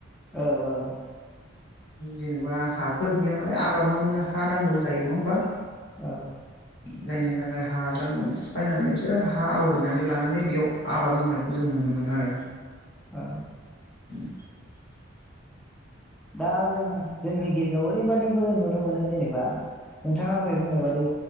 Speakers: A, in the centre; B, on the left (about 55°).
A: औ औ
B: जेनेबा हाफोर गैया नालाय आबाद मावनो हा नांगौ जायो। नङा होमबा?
A: औ
B: जायनि थाखाय हादान सि फायनानै बिसोरो हा आवग्रिनानै लानानै बेयाव आबाद मावनायखौ जों नुनो मोनो आरो ना।
A: औ
B: <inaudible>
A: दा जों जोंनि गेजेराव ओरैबादिबो नुनो मोनो जेनेबा नोंथाङा दहाय बुंनाय बादि